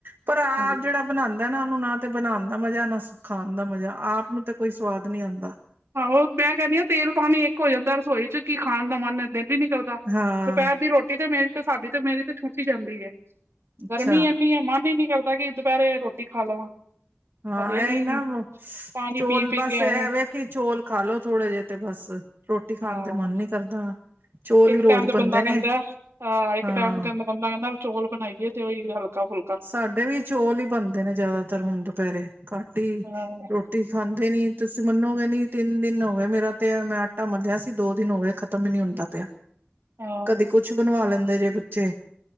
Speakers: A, on the right (about 55°); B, on the right (about 75°).
A: ਪਰ ਆ
B: ਹਾਂ।
A: ਜਿਹੜਾ ਬਣਾਂਦਾ ਨਾ, ਉਹਨੂੰ ਨਾ ਤੇ ਬਣਾਣ ਦਾ ਮਜ਼ਾ, ਨਾ ਖਾਣ ਦਾ ਮਜ਼ਾ! ਆਪ ਨੂੰ ਤੇ ਕੋਈ ਸਵਾਦ ਨੀ ਆਂਦਾ।
B: ਆਹੋ ਮੈਂ ਕਹਿੰਨੀ ਆ ਤੇਲ-ਪਾਣੀ ਇੱਕ ਹੋ ਜਾਂਦਾ ਰਸੋਈ'ਚ, ਕੀ ਖਾਣ ਦਾ ਮਨ ਦਿਲ ਹੀ ਨਹੀਂ ਕਰ ਦੁਪਹਿਰ
A: ਹਾਂ
B: ਦੀ ਰ੍ਹੋਟੀ ਤੇ, ਮੇਰੀ ਤੇ, ਸਾਡੀ ਤੇ, ਮੇਰੀ ਤੇ ਛੂਟ ਈ ਜਾਂਦੀ ਏ।
A: ਅੱਛਾ
B: ਗਰਮੀ ਇੰਨੀ ਏ, ਮਨ ਹੀ ਨਹੀਂ ਕਰਦਾ, ਕਿ ਦੁਪਹਿਰੇ ਰ੍ਹੋਟੀ ਖਾ ਲਵਾਂ।
A: ਹਾਂ
B: ਹਜੇ
A: ਐਹੀ
B: ਵੀ
A: ਨਾ,
B: ਪਾਣੀ
A: ਚੋਲ
B: ਪੀ ਪੀ
A: ਬਸ
B: ਕੇ
A: ਐਵੇ
B: ਐਵੇਂ
A: ਕਿ ਚੋਲ ਖਾਲੋ ਥੋੜੇ ਜਿਹੇ ਤੇ, ਬਸ। ਰੋਟੀ ਖਾਣ
B: ਹਾਂ
A: ਤੇ ਮਨ ਨੀ ਕਰਦਾ, ਚੌਲ
B: ਇੱਕ
A: ਹੀ ਰੋਜ਼
B: ਟਾਈਮ ਤੇ
A: ਬਣਦੇ
B: ਬੰਦਾ
A: ਨੇ।
B: ਕਹਿੰਦਾ ਇੱਕ
A: ਹਾਂ।
B: ਟਾਈਮ ਕਹਿੰਦਾ ਬੰਦਾ ਕਹਿੰਦਾ, ਚੋਲ ਬਣਾਈਏ ਤੇ ਉਹੀ ਹਲਕਾ-ਫੁਲਕਾ
A: ਸਾਡੇ ਵੀ ਚੋਲ ਹੀ ਬਣਦੇ ਨੇ ਜ਼ਿਆਦਾਤਰ ਹੁਣ ਦੁਪਹਿਰੇ, ਘਟ ਹੀ ਰ੍ਹੋ
B: ਹਾਂ
A: ਰੋਟੀ ਖਾਂਦੇ ਨੀ, ਤੁਸੀ ਮੰਨੋਗੇ ਨਹੀ ਤਿੰਨ ਦਿਨ ਹੋ ਗਏ ਮੇਰਾ ਤੇ ਮੈਂ ਆਟਾ ਮੰਲਿਆ ਸੀ, ਦੋ ਦਿਨ ਹੋ ਗਏ ਖਤਮ ਹੀ ਨੀ ਹੁੰਦਾ ਪਿਆ।
B: ਹਾਂ
A: ਕਦੇ ਕੁਛ ਕੁਛ ਬਣਵਾ ਲੈਂਦੇ ਜੇ ਬੱਚੇ